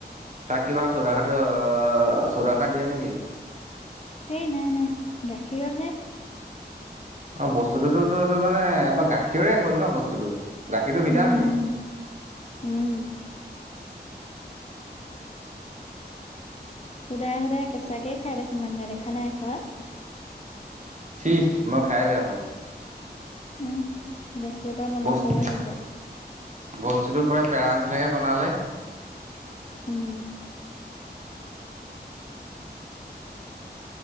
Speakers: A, on the right (about 45°); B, on the left (about 40°).
A: তাক কিবা চৌৰাখাটৰ চৌৰাখাৰ দিয়ে নেকি?
B: সেই নাই নাই, গাখীৰতহে।
A: অ' বস্তুটোতোতো এইটো মানে এবাৰ গাখীৰৰেই হ'ল ন' বস্তুতটো, গাখীৰটো ভিটামিনে।
B: উম উম উম। সদায় সদায় কেঁচাকে খাই দেখোন মানুহে, দেখা নাই খোৱা?
A: ঠিক, মই খায়ে বেয়া পাওঁ।
B: উম, গাখীৰ পৰা বনোৱা
A: বস্তু
B: চবে ভাল পায়।
A: বস্তুটো পুৰা পেৰাৰ নিচিনাকে বনালে।
B: উম।